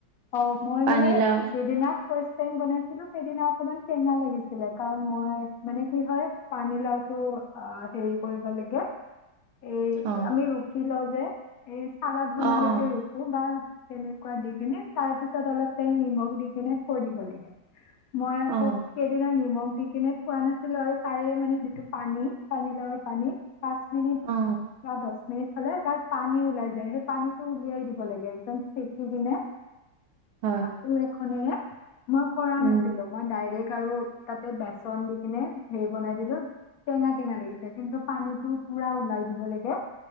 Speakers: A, on the left; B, on the right.
A: অ' মই
B: পানীলাও
A: মানে সেইদিনা ফাষ্ট টাইম বনাইছিলোঁ, সেইদিনা অকনমান টেঙা লাগিছিলে । কাৰণ মই মানে কি হয়, পানীলাওটো অ'- হেৰি কৰিব লাগে এ
B: অ
A: আমি ৰুকি লও যে। এই চালাদ বনালে
B: অ অ
A: যে ৰুকো বা তেনেকোৱা দি কিনে তাৰ পিছত অলপ টাইম নিমখ দি কিনে থৈ দিব লাগে মই আকৌ
B: অ
A: সেইদিনা নিমখ দি কিনে থোৱা নাছিলো আৰু তাৰে মানে যিটো পানী পানীলাওৰ পানী পাচঁ মিনিট
B: অ
A: বা দছ মিনিট হলে তাৰ পানী ওলাই যায় সেই পানীতটো উলিয়াই দিব লাগে একদম চেকি কিনে
B: হয়
A: কাপোৰ এখনেৰে মই কৰা
B: উম
A: নাছিলো মই ডাইৰেক্ট আৰু তাতে বেচন দি কিনে হেৰি বনাই দিলো টেঙা টেঙা লাগিছে কিন্তু পানীটো পুৰা ওলাই দিব লাগে